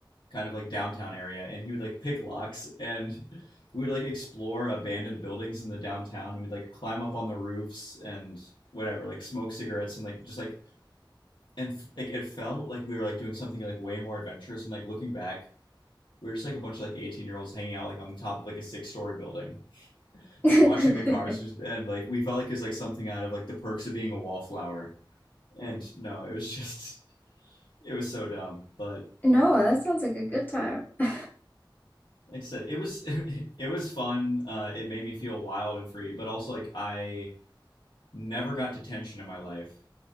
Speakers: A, on the left; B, on the left.
A: kind of like downtown area and he would like pick locks and we would like explore abandoned buildings in the downtown and we'd like climb up on the roofs and whatever like smoke cigarettes and like just like and like it felt like we were like doing something like way more adventurous and like looking back we were just like a bunch of like 18 year olds hanging out like on the top of like a six story building
B: <laughs>
A: like watching the cars just- and like we felt like it was like something out of like the perks of being a wallflower and no it was just <laughs> it was so dumb but
B: No, that sounds like a good time. <laughs>
A: like i said it was <laughs> it was fun uh it made me feel wild and free but also like i never got detention in my life